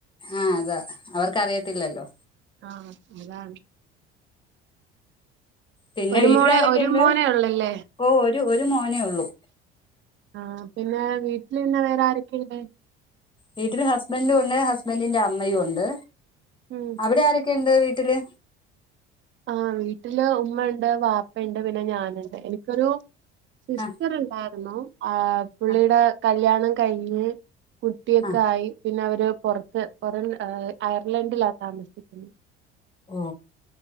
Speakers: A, on the left; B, on the right.
A: ആഹ് അതാ അവർക്കറിയത്തില്ലല്ലോ
B: ആഹ് അതാണ്
A: പിന്നെ
B: ഒരു
A: വീട്ടിലാരൊക്കെയുണ്ട്
B: മോളെ ഒരു മോനേ ഉള്ളല്ലേ
A: ഓ ഒരു ഒരു മോനേ ഉള്ളൂ
B: ആഹ് പിന്നെ വീട്ടില് പിന്നെ വേറാരൊക്കെയ്ണ്ട്
A: വീട്ടില് ഹസ്ബന്റും ഒണ്ട് ഹസ്ബന്റിന്റെ അമ്മയും ഒണ്ട്
B: ഉം
A: അവിടെ ആരൊക്കെയ്ണ്ട് വീട്ടില്
B: ആഹ് വീട്ടില് ഉമ്മയ്ണ്ട് വാപ്പയ്ണ്ട് പിന്നെ ഞാന്ണ്ട് എനി ക്കൊരു സിസ്റ്റർണ്ടാരുന്നു
A: ആ
B: ആഹ് പുള്ളീടെ
A: ആ
B: കല്യാണം കഴിഞ്ഞ് കുട്ടിയൊക്കെ
A: ആ
B: ആയി പിന്നവര് പൊറത്ത് പൊറം അയർലൻഡിലാ താമസിക്കുന്നത്
A: ഓ